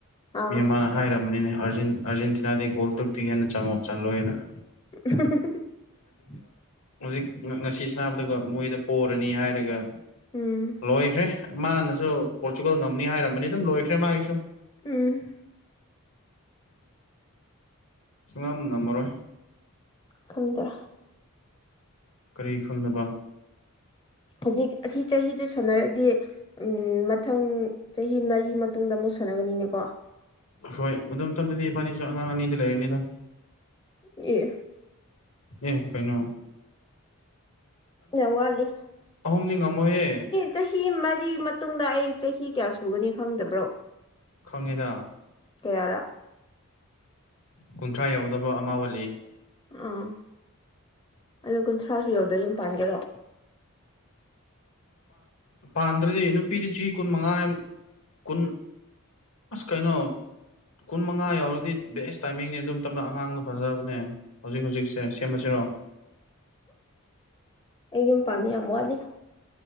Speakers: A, on the left; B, on the left.
A: ꯑꯥ
B: ꯃꯤ ꯑꯃꯅ ꯍꯥꯏꯔꯝꯕꯅꯤꯅꯦ ꯑꯥꯔꯖꯦꯟꯇꯤꯅꯥꯗꯒꯤ ꯒꯣꯜ ꯇꯔꯨꯛꯇꯤ ꯍꯦꯟꯅ ꯆꯪꯉꯣ ꯆꯜꯂꯣꯏꯦꯅ
A: <inaudible>
B: ꯍꯧꯖꯤꯛ ꯉꯁꯤꯅꯥꯕꯗꯨꯒ ꯃꯣꯏꯗ ꯄꯔꯅꯤ ꯍꯥꯏꯔꯒ
A: ꯎꯝ
B: ꯂꯣꯏꯈ꯭ꯔꯦ ꯃꯥꯅꯁꯨ ꯄꯣꯔꯆꯨꯒꯜ ꯉꯝꯅꯤ ꯍꯥꯏꯔꯝꯃꯅꯤ ꯑꯗꯨꯝ ꯂꯣꯏꯈ꯭ꯔꯦ ꯃꯥꯒꯤꯁꯨ
A: ꯎꯝ
B: ꯁꯉ ꯉ ꯃꯣꯏ
A: ꯈꯟꯗ꯭ꯔ
B: ꯀꯔꯤ ꯈꯪꯅꯕ
A: <inaudible> ꯍꯧꯖꯤꯛ ꯑꯁꯤ ꯆꯍꯤꯗꯨ ꯁꯥꯟꯅꯔꯗꯤ ꯎ ꯃꯊꯪ ꯆꯍꯤ ꯃꯔꯤ ꯃꯇꯨꯡꯗ ꯑꯃꯨꯛ ꯁꯥꯟꯔ ꯒꯅꯤꯅꯦꯀꯣ
B: ꯍꯣꯏ ꯑꯗꯨꯝ ꯃꯇꯝꯗꯨꯗꯤ ꯏꯕꯥꯅꯤꯁꯨ ꯑꯉꯥꯡ ꯑꯅꯤꯗꯤ ꯂꯩꯔꯅꯤꯗ
A: ꯌꯦ
B: ꯑꯦꯈꯣꯏꯅ
A: ꯌꯥ ꯋꯥꯂꯤ
B: ꯑꯍꯨꯝꯗꯤ ꯉꯝꯃꯣꯏꯌꯦ
A: ꯆꯍꯤ ꯃꯔꯤ ꯃꯇꯨꯡꯗ ꯑꯩ ꯆꯍꯤ ꯀꯌꯥ ꯁꯨꯒꯅꯤ ꯈꯪꯗꯕ꯭ꯔꯣ
B: ꯈꯪꯉꯦꯗ
A: ꯀꯌꯥꯔ
B: ꯀꯨꯟꯊ꯭ꯔꯥ ꯌꯥꯎꯗꯕ ꯑꯃ ꯋꯥꯜꯂꯤ
A: ꯑꯥ ꯑꯗꯣ ꯀꯨꯟꯊ꯭ꯔꯥꯁꯨ ꯌꯧꯗ ꯌꯨꯝ ꯄꯥꯟꯒꯦꯔꯣ
B: ꯄꯥꯟꯗ꯭ꯔꯗꯤ ꯅꯨꯄꯤꯗꯤ ꯆꯍꯤ ꯀꯨꯟ ꯃꯉꯥ ꯀꯨꯟ ꯑꯁ ꯀꯥꯏꯩꯅꯣ ꯀꯨꯟ ꯃꯉꯥ ꯌꯥꯎꯔꯗꯤ ꯕꯦꯁ ꯇꯥꯏꯃꯤꯡꯅꯦ ꯑꯗꯨꯝ ꯇꯝꯗ ꯑꯉꯥꯡꯅ ꯐꯖꯕꯅꯦ ꯍꯧꯖꯤꯛ ꯍꯧꯖꯤꯛꯁꯦ ꯁꯦꯝꯃ <inaudible>
A: ꯑꯩ ꯌꯨꯝ ꯄꯥꯅꯤ ꯌꯥꯝ ꯋꯥꯠꯂꯤ